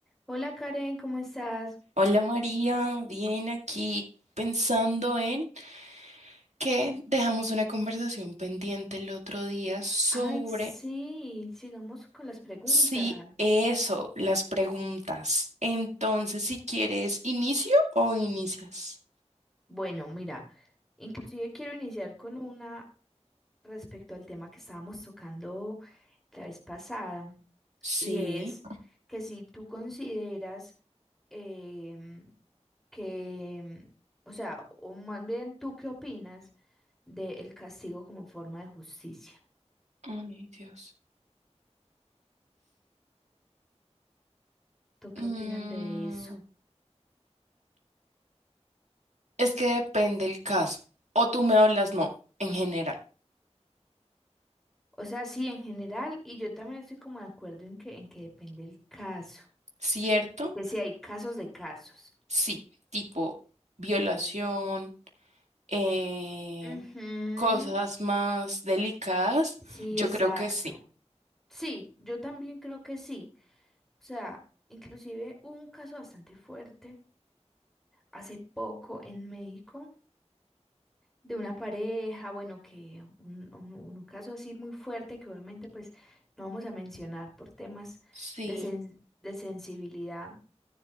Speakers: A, in the centre; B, on the right.
A: Hola Karen, ¿cómo estás?
B: Hola María, bien aquí pensando en que dejamos una conversación pendiente el otro día sobre
A: Ay, sí, sigamos con las preguntas.
B: si eso, las preguntas. Entonces, si quieres, ¿inicio o inicias?
A: Bueno, mira, inclusive quiero iniciar con una respecto al tema que estábamos tocando la vez pasada,
B: Sí.
A: y es que si tú consideras em, que, o sea, o más bien tú qué opinas del castigo como forma de justicia.
B: Ay, Dios.
A: ¿Tú qué
B: Mm,
A: opinas de eso?
B: es que depende el caso. O tú me hablas, no, en general.
A: O sea, sí, en general, y yo también estoy como de acuerdo en que, en que depende el caso.
B: ¿Cierto?
A: Porque sí hay casos de casos.
B: Sí. Tipo violación eh,
A: Ujú.
B: cosas más delicadas,
A: Sí,
B: yo
A: exacto.
B: creo que sí.
A: Sí, yo también creo que sí. O sea, inclusive hubo un caso bastante fuerte hace poco en México de una pareja, bueno, que un, un- un caso así muy fuerte que obviamente pues no vamos a mencionar por temas
B: Sí,
A: de, sen- de sensibilidad,